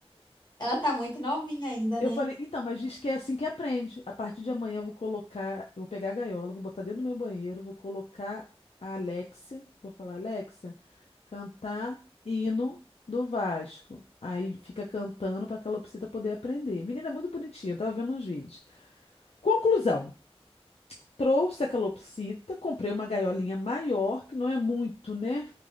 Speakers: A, on the left; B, on the left.
A: <laughs> Ela tá muito novinha ainda,
B: Eu
A: né?
B: falei, então, mas diz que é assim que aprende. A partir de amanhã eu vou colocar, eu vou pegar a gaiola, vou botar dentro do meu banheiro, vou colocar a Alexia, vou falar, Alexia, cantar hino do Vasco. Aí fica cantando para a calopsita poder aprender. Menina, é muito bonitinha, eu tava vendo uns vídeos. Conclusão, trouxe a calopsita, comprei uma gaiolinha maior, que não é muito, né?